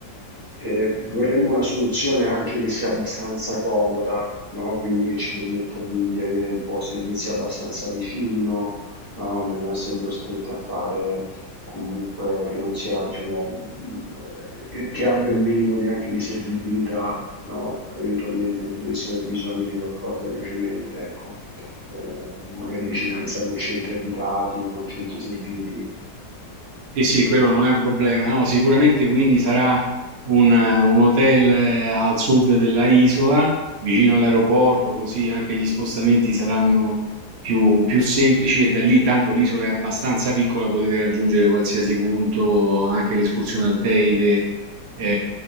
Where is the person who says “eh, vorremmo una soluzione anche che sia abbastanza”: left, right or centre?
Left